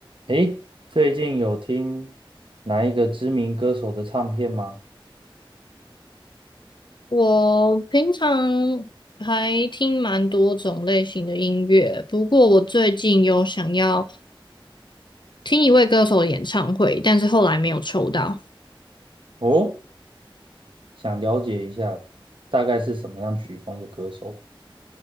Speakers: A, on the right; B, on the left.
A: 诶，最近有听哪一个知名歌手的唱片吗？
B: 我平常还听蛮多种类型的音乐，不过我最近有想要听一位歌手的演唱会，但是后来没有抽到，
A: 哦，想了解一下，大概是什么样曲风的歌手？